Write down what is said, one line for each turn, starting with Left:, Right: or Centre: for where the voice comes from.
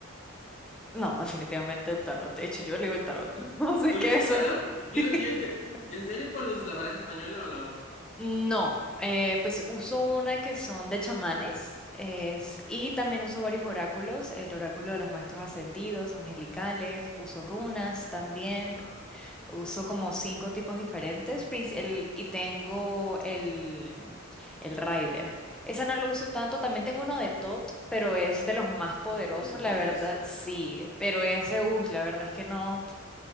Centre: No, definitivamente el tarot. De hecho, yo leo el tarot. <laughs> Así
Left: ¿Tú
Centre: que
Left: lees
Centre: eso.
Left: el tarot? Yo,
Centre: <laughs>
Left: yo te- ¿En serio cuál usas? ¿La baraja española o la otra?
Centre: No, eh, pues uso una que son de chamanes es- y también uso varios oráculos, el oráculo de los maestros ascendidos, angelicales, uso runas también,
Left: Wow.
Centre: Uso como cinco tipos diferentes princ- el- y tengo el, el Rider. Ese no lo uso tanto. También tengo uno de Tot, pero es de los más poderosos,
Left: ¿De los egipcios?
Centre: la verdad, sí. Pero ese, uy, la verdad es que no,